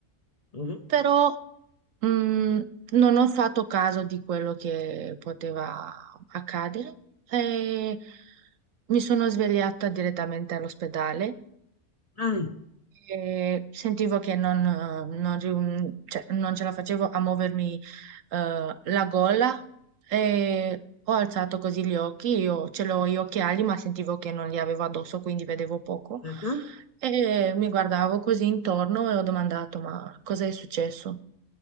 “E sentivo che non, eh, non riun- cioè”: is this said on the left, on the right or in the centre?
Right